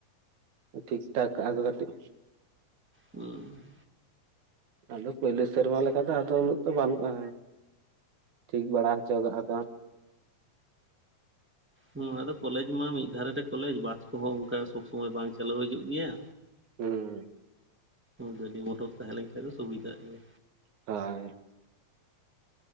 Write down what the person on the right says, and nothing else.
ᱴᱷᱤᱠ ᱴᱷᱟᱠ ᱟᱨᱫᱚ ᱠᱟᱴᱤᱡ
ᱟᱫᱚ ᱯᱳᱭᱞᱳ ᱥᱮᱨᱢᱟ ᱞᱮᱠᱟ ᱫᱚ ᱟᱫᱚ ᱩᱱᱟᱹᱜ ᱛᱚ ᱵᱟᱹᱱᱩᱜᱼᱟ ᱴᱷᱤᱠ ᱵᱟᱲᱟ ᱦᱚᱪᱚ ᱠᱟᱜᱼᱟ ᱠᱚ
ᱦᱩᱸ
ᱦᱟᱭ